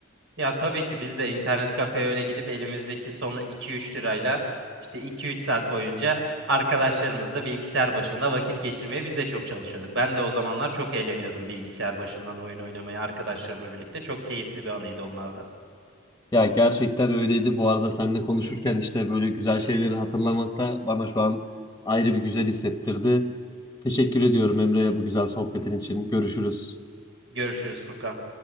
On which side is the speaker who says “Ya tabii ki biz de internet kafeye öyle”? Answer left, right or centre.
Right